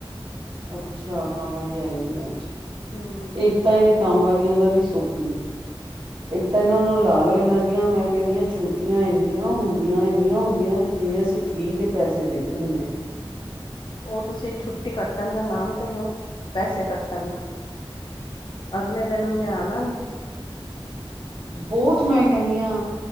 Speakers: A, on the right; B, on the left.
A: ਅੱਛਾ ਕੰਮ ਵਾਲੀ ਆ ਹੀ ਨੀ ਅੱਜ
B: ਹਮ
A: ਇੱਕ ਤਾਂ ਇਹ ਕੰਮ ਵਾਲੀਆਂ ਦਾ ਵੀ ਸੁੱਖ ਨੀ ਇੱਕ ਤਾਂ ਇਹਨਾਂ
B: ਨਾ
A: ਨੂੰ ਲਾ
B: ਨਾ
A: ਲੋ ਇਹਨਾਂ ਦੀਆਂ ਮੈਂ ਕਹਿੰਦੀ ਹਾਂ ਛੁ ਟੀਆਂ ਇੰਨੀਆਂ ਹੁੰਦੀਆਂ ਇੰਨੀਆਂ ਹੁੰਦੀਆਂ ਜਿਵੇਂ ਅਸੀਂ ਫਰੀ ਦੇ ਪੈਸੇ ਦਦੇ ਹੁੰਨਾ ਆ
B: ਓਹ ਤੁਸੀਂ ਛੁੱਟੀ ਕੱਟਣ ਦਾ ਨਾਮ ਤੇ ਲਓ ਪੈਸੇ ਕੱਟਣ ਦਾ ਅਗਲੇ ਦਿਨ ਓਨੇ ਆਣਾ ਨੀ
A: ਬਹੁਤ ਮੈਂ ਕਹਿੰਨੀ ਆਂ